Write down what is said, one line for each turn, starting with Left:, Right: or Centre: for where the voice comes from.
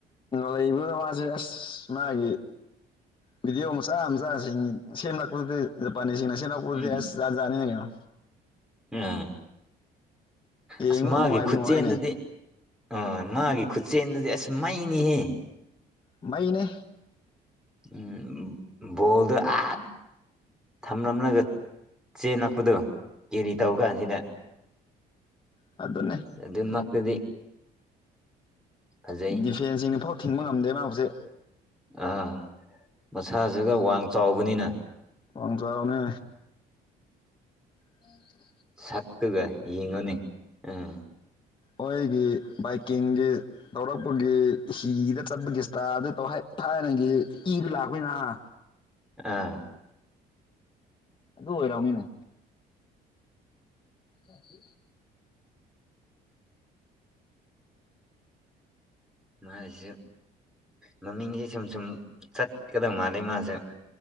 Left: ꯂꯩꯕꯨ ꯃꯥꯁꯦ ꯑꯁ ꯃꯥꯒꯤꯦ ꯚꯤꯗꯤꯑꯣ ꯃꯆꯥ ꯃꯆꯥꯁꯤꯡ ꯁꯦꯝꯂꯛꯄꯗꯨꯗꯤ ꯖꯄꯥꯅꯤꯁꯁꯤꯡꯅ ꯁꯦꯝꯂꯛꯄꯗꯨꯗꯤ
Centre: ꯎꯝ
Left: ꯑꯁꯖꯥꯟ ꯖꯥꯠꯅꯤꯅ ꯀꯩꯅꯣ
Centre: ꯎꯝ ꯑꯁ
Left: ꯌꯦꯡꯕꯕꯨ
Centre: ꯃꯥꯒꯤ
Left: ꯅꯨꯡꯉꯥꯏꯕꯨ
Centre: ꯈꯨꯠꯆꯦꯟꯗꯗꯤ
Left: ꯅꯨꯡꯉꯥꯏꯅꯦ
Centre: ꯑ ꯃꯥꯒꯤ ꯈꯨꯠꯁꯦꯟꯗꯨꯗꯤ ꯑꯁ ꯃꯩꯅꯤꯍꯦ
Left: ꯃꯅꯦ
Centre: ꯎꯝ ꯣꯜꯗ ꯑ ꯊꯝꯂꯝꯂꯒ ꯆꯦꯟ ꯅꯛꯄꯗꯣ ꯀꯦꯔꯤ ꯇꯧ ꯀꯥꯟꯁꯤꯗ
Left: ꯑꯗꯨꯗꯅꯦ
Centre: ꯑꯗꯨꯃꯛꯇꯗꯤ ꯐꯖꯩ
Left: ꯗꯤꯐꯦꯟꯁꯤꯡꯅ ꯐꯥꯎ ꯊꯤꯡꯕ ꯉꯝꯗꯦ ꯃꯥꯕꯨꯁꯦ
Centre: ꯑꯥ ꯃꯁꯥꯁꯤꯒ ꯋꯥꯡ ꯆꯥꯎꯕꯅꯤꯅ
Left: ꯋꯥꯪ ꯆꯅꯦ ꯍꯗꯤ
Centre: ꯁꯛꯇꯨꯒ ꯌꯦꯡꯉꯨꯅꯤ ꯑꯝ
Left: ꯑꯩꯣꯏꯒꯤ ꯕꯥꯏꯛꯀꯤꯡꯒꯤ ꯂꯧꯧꯔꯛꯄꯒꯤ ꯍꯤꯗ ꯆꯠꯄꯒꯤꯁꯤꯇ ꯑꯗꯨ ꯇ ꯊꯥꯏꯅꯒꯤ ꯏꯗꯨ ꯂꯥꯛꯄꯩ ꯅꯍꯥ
Centre: ꯑ
Left: ꯑꯗꯨ ꯑꯣꯏꯔꯛꯎꯅꯤꯅꯦ ꯑꯗꯨ
Centre: ꯃꯥꯁꯤꯁꯨ ꯃꯃꯤꯡꯁꯦ ꯁꯨꯝ ꯁꯨꯝ ꯆꯠꯀꯗꯧ ꯃꯥꯜꯂꯦ ꯃꯥꯁꯦ